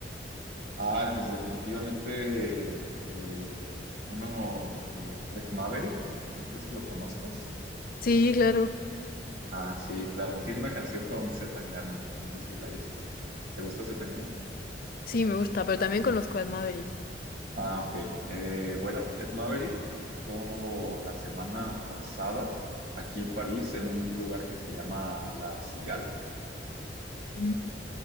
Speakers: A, on the right; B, on the left.
A: Ah, pues definitivamente el, uno de Craig Maverick, no sé si lo conozcas.
B: Sí, claro.
A: Ah, sí, claro, tiene una canción con C. Tangana, no sé si la hayas escuchado. ¿Te gusta C. Tangana?
B: Sí, me gusta, pero también conozco a Ed Maverick.
A: Ah, ok. Eh, bueno, Ed Maverick tocó la semana pasada aquí en París en un lugar que se llama La Cigala.
B: Mm.